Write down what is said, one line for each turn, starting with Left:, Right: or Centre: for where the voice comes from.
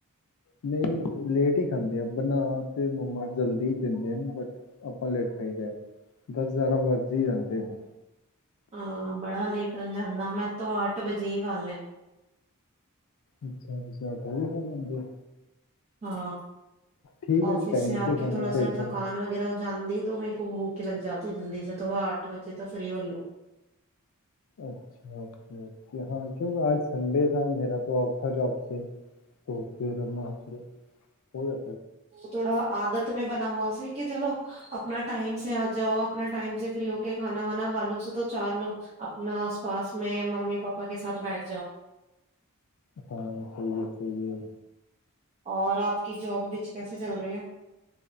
Left: ਨਹੀਂ ਲੇਟ ਹੀ ਖਾਂਦੇ ਬਣਾ ਤੇ ਮੰਮਾ ਜਲਦੀ ਦਿੰਦੇ ਨੇ ਬਟ ਅਪਾਂ ਲੇਟ ਖਾਈਦੈ। ਦਸ ਗਿਆਰਾਂ ਵਜ ਹੀ ਜਾਂਦੇ ਹੈ।
Right: ਹਾਂ, ਬੜਾ ਲੇਟ ਹੋ ਜਾਂਦਾ ਮੈਂ ਤੋ ਆਠ ਬਜੇ ਹੀ ਕਾਲੇ।
Left: ਅੱਛਾ ਅੱਛਾ, ਜਦੀ ਸੋ ਜਾਂਦੇ ਹੋ।
Right: ਹਾਂ,
Left: ਠੀਕ
Right: ਔਫਿਸ
Left: ਹੈ ਟਾਈਮ
Right: ਸੇ ਆ
Left: ਤੇ
Right: ਕੇ
Left: ਖਾਣਾ
Right: ਥੋੜਾ
Left: ਚਾਹੀਦਾ
Right: ਸਾ ਥਕਾਨ ਵਗੈਰਾ ਜਾਂਦੀ ਏ ਤੋ ਮੇਰੇ ਕੋ ਭੋਖ ਲੱਗ ਜਾਤੀ ਐ ਜਲਦੀ ਸੇ ਥੋੜ੍ਹਾ ਅੱਠ ਵਜੇ ਤੋਂ ਫਰੀ ਹੋਲੋ।
Left: ਅੱਛਾ ਓਕੇ ਓਕੇ, ਹਾਂ ਕਿਓ ਆਜ ਸੰਡੇ ਥਾ ਮੇਰਾ ਤਾਂ ਔਫ ਥਾ ਜੋਬ ਸੇ ਤੋ ਫਿਰ ਨਾ ਕੇ ਸੋ ਜਾ
Right: ਵੋ ਥੋੜਾ ਆਦਤ ਮੇ ਬਣਾ ਹੂਆ ਸੀ। ਕਿ ਚਲੋ ਅਪਣਾ ਟਾਈਮ ਸੇ ਆ ਜਾਓ, ਅਪਣਾ ਟਾਈਮ ਸੇ ਫ੍ਰੀ ਹੋ ਕੇ ਖਾਨਾ ਵਾਨਾ ਖਾਲੂ, ਉਸਸੇ ਤੋਂ ਚਾਰ ਲੋਗ ਅਪਣਾ ਆਸ ਪਾਸ ਮੈਂ ਮੰਮੀ ਪਾਪਾ ਕੇ ਸਾਥ ਬੈਠ
Left: ਹਾਂ, ਸਹੀ ਐ। ਸਹੀ ਐ।
Right: ਔਰ ਆਪ ਕੀ ਜੋਬ ਵਿੱਚ ਕੈਸੇ ਚੱਲ ਰੀ ਹੈ।